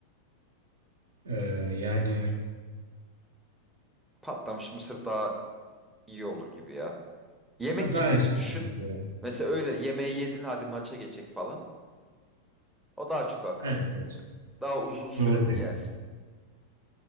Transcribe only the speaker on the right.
Ee, yani
ya daha
efsanedir
ya.
Evet evet.
Doğru diyorsun.